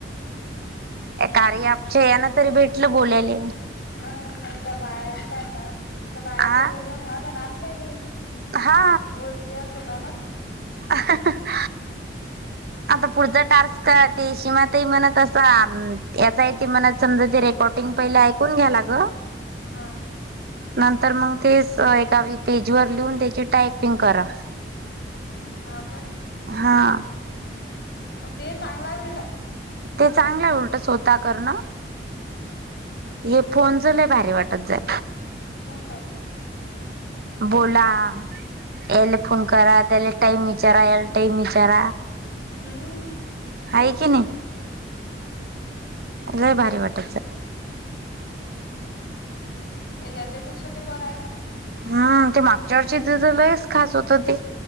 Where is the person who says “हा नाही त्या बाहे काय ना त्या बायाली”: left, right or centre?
Left